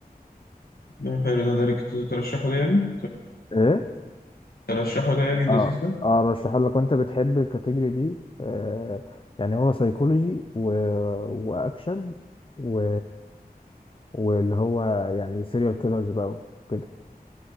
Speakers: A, on the left; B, on the left.
A: لا حلو ده ده اللي كنت ترشحه ده يعني
B: ايه
A: ترشحه ده يعني لذيذ
B: اه
A: ده
B: اه رشحه لك وانت بتحب الكاتيجوري دي آه يعني هو سايكولوجي و... واكشن و... واللي هو يعني سيريال كيلرز بقى وكده